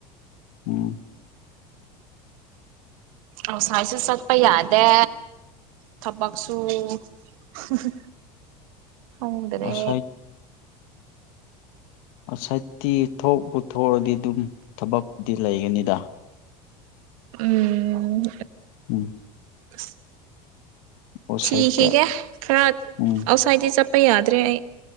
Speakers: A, on the left; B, on the right.
A: ꯎꯝ
B: ꯑꯁ ꯉꯥꯏꯁꯨ ꯆꯠꯄ ꯌꯥꯗꯦ ꯊꯕꯛꯁꯨꯨ ꯍꯥ ꯍꯥ ꯈꯪꯗ꯭ꯔꯦ
A: ꯑꯥꯎꯠꯁꯥꯏꯠ ꯑꯥꯎꯁꯥꯏꯠꯇꯤ ꯊꯣꯛꯄꯨ ꯊꯣꯛꯑꯗꯤ ꯑꯗꯨꯝ ꯊꯕꯛꯇꯤ ꯂꯩꯒꯅꯤꯗ
B: ꯎꯝ
A: ꯎꯝ
B: ꯑꯁ
A: ꯑꯥꯎꯠꯁꯥꯏꯠꯇ
B: ꯊꯤꯈꯤꯒꯦ ꯈꯔ
A: ꯎꯝ
B: ꯑꯥꯎꯁꯥꯏꯠꯗꯤ ꯆꯠꯄ ꯑ ꯌꯥꯗꯔꯦ ꯑꯩ